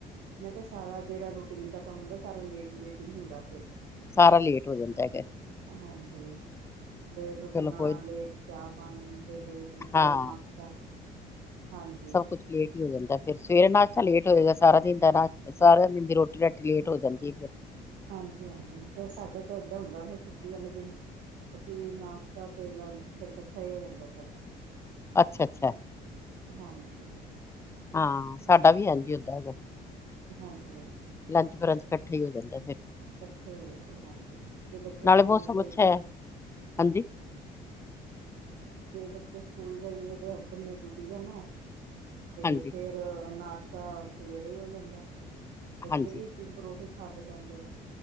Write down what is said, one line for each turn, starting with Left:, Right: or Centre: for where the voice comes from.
Right: ਮੈਂ ਕਿਹਾ ਸਾਰਾ ਜੇੜਾ ਰੂਟੀਨ ਦਾ ਕੰਮ ਹੁੰਦਾ, ਸਾਰਾ ਲੇਟ- ਲੇਟ ਹੀ ਹੁੰਦਾ ਫੇਰ
Left: ਸਾਰਾ ਲੇਟ ਹੋ ਜਾਂਦਾ ਹੈਗਾ
Right: ਹਾਂਜੀ, ਲੇਟ ਉੱਠਣਾ,
Left: ਚਲੋ ਕੋਈ ਨੀ।
Right: ਲੇਡ ਚਾਹ ਪਾਣੀ ਤੇ ਲੇਟ ਉਥੇ
Left: ਹਾਂ
Right: ਨਾਸ਼ਤਾ, ਹਾਂਜੀ।
Left: ਸਭ ਕੁਛ ਲੇਟ ਹੀ ਹੋ ਜਾਂਦਾ ਫਿਰ, ਸਵੇਰੇ ਨਾਚਤਾ ਹੋਏਗਾ ਸਾਰਾ ਦਿਨ ਦਾ ਨਾਚ ਸਾਰਿਆਂ ਦਿਨ ਦੀ ਰੋਟੀ- ਰਾਟੀ ਲੇਟ ਹੋ ਜਾਂਦੀ ਫੇਰ
Right: ਹਾਂਜੀ- ਹਾਂਜੀ, ਫੇਰ ਸਾਡੇ ਤੋਂ ਐਦਾਂ ਹੁੰਦਾ ਫਿਰ ਛੁੱਟੀ ਵਾਲੇ ਦਿਨ ਅਸੀਂ ਨਾਸ਼ਤਾ ਤੇ ਲੰਚ ਫੇਰ ਇਕੱਠਾ ਹੀ ਹੋ ਜਾਂਦਾ ਸਾਡਾ।
Left: ਅੱਛਾ- ਅੱਛਾ,
Right: ਹਾਂਜੀ
Left: ਹਾਂ ਸਾਡਾ ਵੀ ਐਂਝ ਹੀ ਹੁੰਦਾ ਹੈਗਾ।
Right: ਹਾਂਜੀ ਹਾਂਜੀ।
Left: ਲੰਚ-ਬਰੰਚ ਕੱਠੇ ਈ ਹੋ ਜਾਂਦੈ ਫੇਰ
Right: ਕੱਠੇ ਹੋ ਜਾਂਦੈ, ਹਾਂਜੀ ਜੇ ਬੱਚੇ
Left: ਨਾਲੇ
Right: ਸਕੂਲ
Left: ਮੌਸਮ
Right: ਜਾਈਏ
Left: ਅੱਛਾ ਹੈ ਹਾਂਜੀ
Right: ਜੇ ਬੱਚੇ ਸਕੂਲ ਜਾਈਏ ਤਾਂ ਹਸਬੈਂਡ ਨੇ ਡਿਊਟੀ ਜਾਨੈ ਤੇ
Left: ਹਾਂਜੀ
Right: ਫੇਰ ਨਾਸ਼ਤਾ ਸਵੇਰੇ ਈ ਹੋ ਜਾਂਦਾ, ਬੱਚੇ
Left: ਹਾਂਜੀ
Right: ਵੀ ਈਕ-ਈਕ ਪਰੌਠੀ ਖਾ ਕੇ ਜਾਂਦੇ